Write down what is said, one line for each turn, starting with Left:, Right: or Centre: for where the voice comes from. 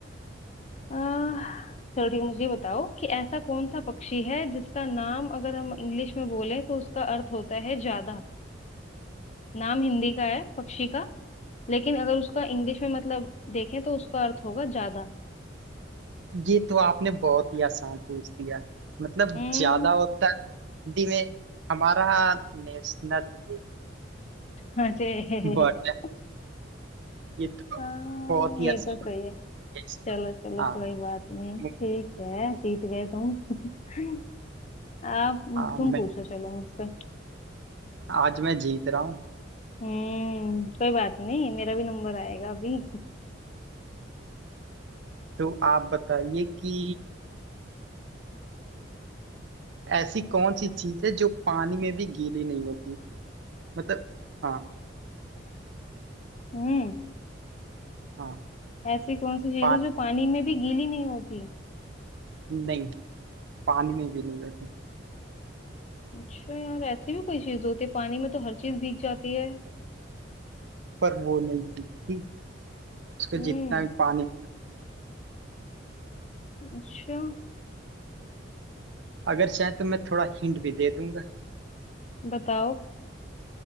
Left: आह, चलो ठीक है मुझे ये बताओ कि ऐसा कौन सा पक्षी है जिसका नाम अगर हम इंग्लिश में बोले तो उसका अर्थ होता है ज्यादा नाम हिंदी का है पक्षी का लेकिन अगर उसका इंग्लिश में मतलब देखें तो उसका अर्थ होगा ज्यादा
Right: ये तो आपने बहुत ही आसान पूछ दिया मतलब
Left: हम्म
Right: ज्यादा होता है हिंदी में हमारा नेशनल ये है
Left: हाँ जे
Right: बट
Left: <laughs>
Right: ये तो
Left: हाँ
Right: बहुत ही
Left: ये
Right: आसान
Left: तो सही
Right: हो
Left: है
Right: गया इसका।
Left: चलो चलो
Right: हाँ
Left: कोई बात नहीं
Right: मैं-
Left: ठीक है जीत गए तुम <laughs> आप तुम
Right: हाँ मैं
Left: पूछो चलो मुझसे
Right: आज मैं जीत रहा हूँ
Left: हम्म कोई बात नहीं मेरा भी नंबर आएगा अभी
Right: तो आप बताइए कि ऐसी कौन सी चीज है जो पानी में भी गीली नहीं होती मतलब हाँ
Left: हम्म
Right: हाँ
Left: ऐसी कौन सी चीज
Right: पानी
Left: है जो पानी में भी गीली नहीं होती
Right: नहीं पानी में भी नहीं होती
Left: अच्छा यार ऐसी भी कोई चीज होती है पानी में तो हर चीज भीग जाती है
Right: पर वो नहीं भीगती उसको
Left: हम्म
Right: जितना भी पानी
Left: अच्छा
Right: अगर चाहे तो मैं थोड़ा हिंट भी दे दूंगा
Left: बताओ